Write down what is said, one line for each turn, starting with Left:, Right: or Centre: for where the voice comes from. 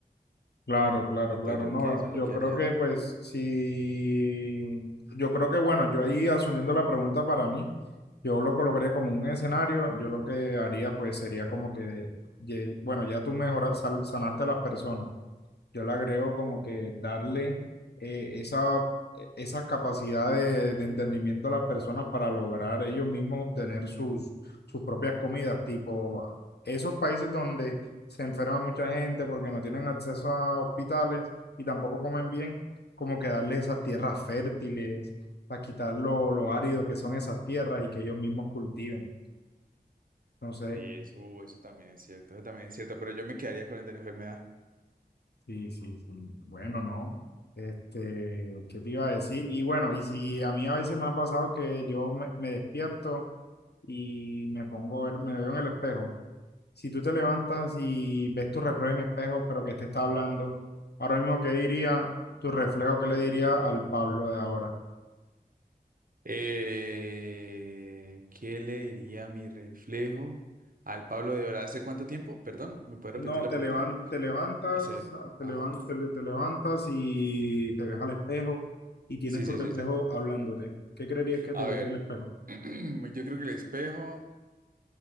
Left: Claro, claro,
Right: Siento
Left: claro.
Right: yo
Left: No,
Right: que eso es
Left: yo
Right: lo que
Left: creo
Right: haría.
Left: que pues sí. yo creo que bueno, yo ahí asumiendo la pregunta para mí, yo lo colocaría como un escenario, yo lo que haría pues sería como que, ye- bueno, ya tú mejoras, sal- sanaste a las personas yo le agrego como que darle eh, esa, e, esa capacidad de, de entendimiento a las personas para lograr ellos mismos obtener sus, sus propias comidas, tipo esos países donde se enferma mucha gente porque no tienen acceso a hospitales y tampoco comen bien, como que darle esas tierras fértiles, para quitar lo, lo árido que son esas tierras y que ellos mismos cultiven. Entonces
Right: Sí, eso, uh, eso también es cierto, eso también es cierto, pero yo me quedaría con el de la enfermedad.
Left: Sí, sí, sí. Bueno, no. Este, ¿qué te iba a decir? Y bueno, y si a mí a veces me ha pasado que yo me, me despierto y me pongo, a ver- me veo en el espejo. Si tú te levantas y ves tu reflejo en espejo, pero que te está hablando, ahora mismo, ¿qué diría tu reflejo? ¿Qué le diría al Pablo de ahora?
Right: Eh, ¿qué le diría mi reflejo al Pablo de ahora? ¿Hace cuánto tiempo? Perdón, ¿me puede repetir
Left: No,
Right: la
Left: te
Right: pregunta?
Left: levan- te levantas,
Right: Hace, ajá.
Left: te levan- te le- te levantas y te ves al espejo y tienes
Right: Sí,
Left: tu
Right: sí,
Left: reflejo
Right: sí, sí.
Left: hablándote. ¿Qué creerías que
Right: A
Left: te diría
Right: ver,
Left: el espejo?
Right: <clears throat> yo creo que el espejo,